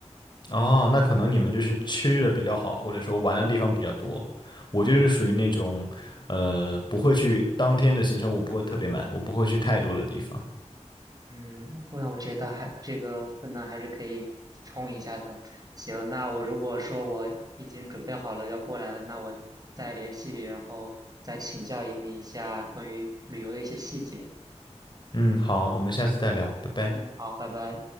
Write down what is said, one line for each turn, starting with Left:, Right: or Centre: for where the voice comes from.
Left: 哦，那可能你们就是吃的比较好，或者说玩的地方比较多。我就是属于那种，呃，不会去当天的行程，我不会特别满，我不会去太多的地方。
Right: 嗯，不然我觉得还这个分呢还是可以冲一下的。行，那我如果说我已经准备好了要过来了，那我再联系你，然后再请教你一下关于旅游的一些细节。
Left: 嗯，好，我们下次再聊，拜拜。
Right: 嗯，好，拜拜。